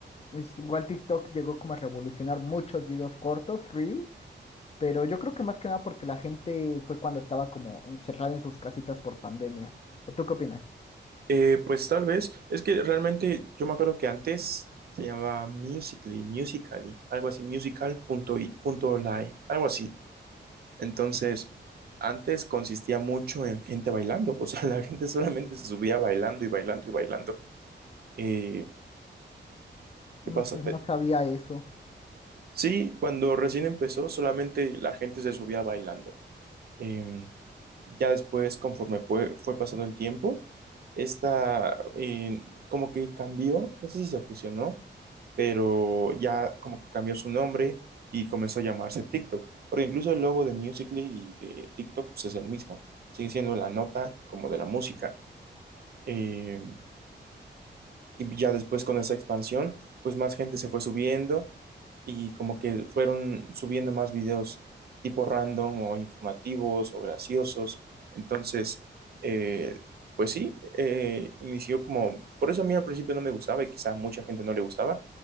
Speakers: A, on the left; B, on the right.
A: es- igual TikTok llegó como a revolucionar muchos videos cortos, reels, pero yo creo que más que nada porque la gente fue cuando estaba como encerrada en sus casitas por pandemia. ¿O tú qué opinas?
B: Eh, pues tal vez, es que realmente yo me acuerdo que antes se llamaba Musical.ly, Musical.ly, algo así, musical.ly, algo así. Entonces, antes consistía mucho en gente bailando, o sea, <laughs> la gente solamente se subía bailando y bailando y bailando. Eh,
A: No,
B: ¿qué pasa?
A: pues
B: Te-
A: no sabía eso.
B: sí, cuando recién empezó, solamente la gente se subía bailando. Eh, Ya después, conforme fue, fue pasando el tiempo, esta eh, como que cambió, no sé si se fusionó, pero ya como que cambió su nombre y comenzó a llamarse TikTok, porque incluso el logo de Musical.ly y de TikTok pues, es el mismo, sigue siendo la nota como de la música. Eh, y ya después con esa expansión, pues más gente se fue subiendo y como que fueron subiendo más videos tipo random o informativos o graciosos. Entonces, eh, pues sí, eh, inició como, por eso a mí al principio no me gustaba y quizá a mucha gente no le gustaba,